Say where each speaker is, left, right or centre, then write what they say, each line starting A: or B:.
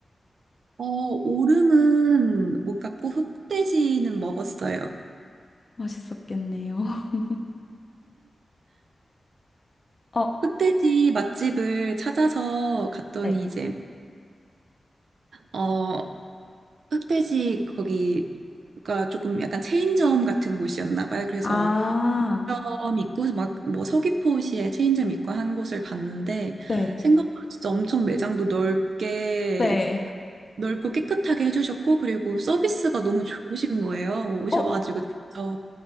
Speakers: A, on the right; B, on the left.
A: 어, 오름은 못 갔고 흑돼지는 먹었어요.
B: 맛있었겠네요. <laughs> 어,
A: 흑돼지 맛집을 찾아서 갔더니
B: 네.
A: 이제 어 흑돼지 거기가 조금 약간 체인점 같은 곳이었나 봐요. 그래서
B: 아,
A: 점 있고 막 뭐 서귀포시에 체인점 있고 한 곳을 갔는데
B: 네.
A: 생각보다 진짜 엄청 매장도 넓게
B: 네.
A: 넓고 깨끗하게 해주셨고 그리고 서비스가 너무 좋으신 거예요. 오셔가지고
B: 어,
A: 직접